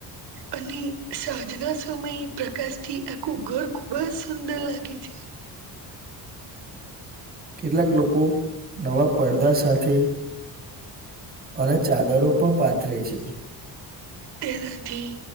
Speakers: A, on the right (about 70°); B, on the right (about 20°).
A: અને સાંજના સમયે પ્રકાશ થી આખું ઘર ખુબ જ સુંદર લાગે છે.
B: કેટલાક લોકો નવા પડદા સાથે અને ચાદરો પણ પાથરે છે.
A: તેનાથી